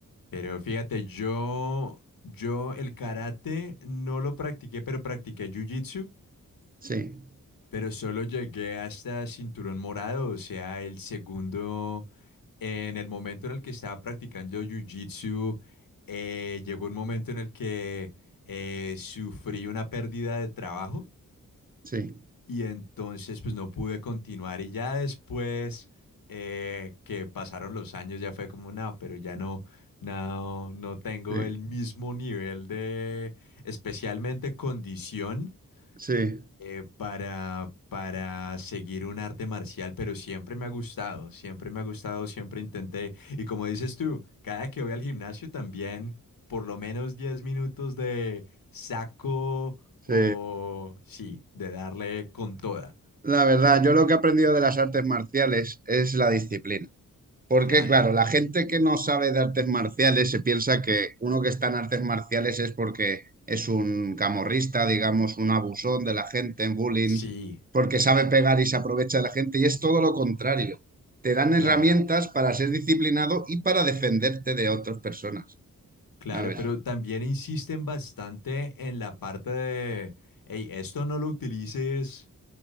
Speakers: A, on the left; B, on the right.
A: Pero fíjate, yo, yo el karate no lo practiqué, pero practiqué jiu-jitsu.
B: Sí,
A: Pero solo llegué hasta cinturón morado, o sea, el segundo, en el momento en el que estaba practicando Jiu-Jitsu, eh, llegó un momento en el que eh, sufrí una pérdida de trabajo
B: sí,
A: y entonces pues no pude continuar y ya después eh, que pasaron los años ya fue como, no, pero ya no, no, no tengo
B: sí,
A: el mismo nivel de, especialmente condición
B: sí,
A: eh, para, para seguir un arte marcial, pero siempre me ha gustado, siempre me ha gustado, siempre intenté. Y como dices tú, cada que voy al gimnasio también, por lo menos 10 minutos de saco
B: sí.
A: o sí, de darle con toda.
B: La verdad, yo lo que he aprendido de las artes marciales es la disciplina. Porque,
A: Claro,
B: claro, la gente que no sabe de artes marciales se piensa que uno que está en artes marciales es porque es un camorrista, digamos, un abusón de la gente, un bullying,
A: sí,
B: porque sabe pegar y se aprovecha de la gente. Y es todo lo contrario. Te dan herramientas
A: claro,
B: para ser disciplinado y para defenderte de otras personas,
A: claro,
B: ¿sabes?
A: pero también insisten bastante en la parte de, hey, esto no lo utilices